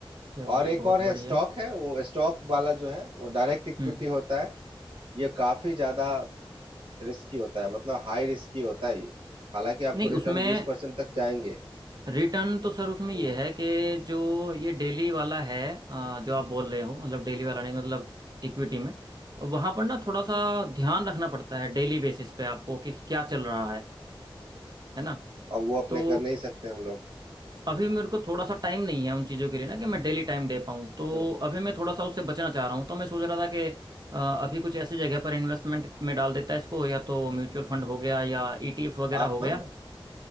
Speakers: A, on the right (about 50°); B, on the right (about 75°).
A: चलिए
B: और एक
A: बहुत
B: और है
A: बढ़िया
B: स्टॉक है वो स्टॉक वाला जो है वो डायरेक्ट इक्विटी
A: हम्म
B: होता है ये काफी ज्यादा रिस्की होता है मतलब हाई रिस्की होता है ये हालांकि आपको
A: नहीं
B: रिटर्न
A: उसमें
B: बीस परसेंट तक जाएंगे
A: रिटर्न तो सर उसमें
B: हम्म,
A: ये है कि जो ये डेली वाला है अ, जो आप बोल रहे हो मतलब डेली वाला नहीं मतलब इक्विटी में वहां पर ना थोड़ा सा ध्यान रखना पड़ता है डेली बेसिस पे आपको कि क्या चल रहा है है ना
B: और वो अपने
A: तो
B: कर नहीं सकते हम लोग
A: अभी मेरे को थोड़ा सा टाइम नहीं है उन चीज़ों के लिए ना कि मैं डेली टाइम दे पाऊँ तो
B: बिल्कुल।
A: अभी मैं थोड़ा सा उससे बचना चाह रहा हूँ तो मैं सोच रहा था कि अ, अभी कुछ ऐसी जगह पर इन्वेस्टमेंट में डाल देता है इसको या तो म्यूचुअल फंड हो गया या ईटीएफ वगैरह
B: आप
A: हो गया
B: हाँ